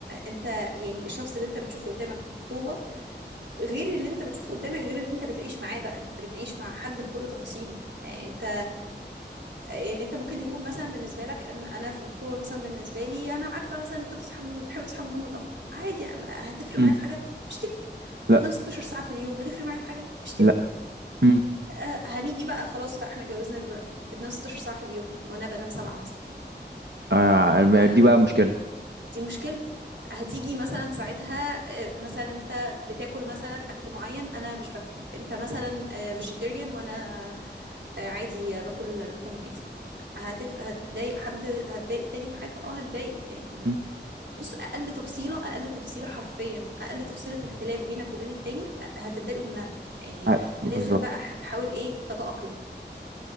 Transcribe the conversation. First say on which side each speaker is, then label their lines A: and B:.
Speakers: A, on the right (about 85°); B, on the right (about 70°).
A: انت يعني الشخص اللي انت بتشوفه قدامك في الخطوبة غير اللي انت بتشوفه قدامك غير اللي انت بتعيش معاه بقى انت بتعيش مع حد بكل تفاصيله آه، انت يعني انت ممكن يكون مثلا بالنسبه لك ان انا في الخطوبه مثلا بالنسبه لي انا عارفه مثلا انت بتصحى من- بتحب تصحى من النوم متاخر عادي أنا- هتفرق
B: امم
A: معايا في حاجه مش تفرق بتنام
B: لا
A: 16 ساعه في اليوم هتفرق معايا في حاجه مش تفرق
B: لا امم
A: آه هنيجي بقى خلاص بقى احنا اتجوزنا دلوقتي بتنام 16 ساعه في اليوم وانا بنام سبعه مثلا
B: آه
A: آه
B: آه، دي بقى مشكلة
A: دي مشكله هتيجي مثلا ساعتها آه، مثلا انت بتاكل مثلا اكل معين انا مش باكله انت مثلا فيجيتيريان وانا آه، عادي باكل لحوم عادي هتف هتضايق حد هتضايق التاني في حاجة اه هتضايق يعني
B: مم.
A: بص اقل تفصيله اقل تفصيله حرفيا اقل تفصيله اختلاف بينك وبين التاني هتتضايقوا منها يعني
B: آه، بالظبط
A: لازم بقى تحاول ايه تتأقلم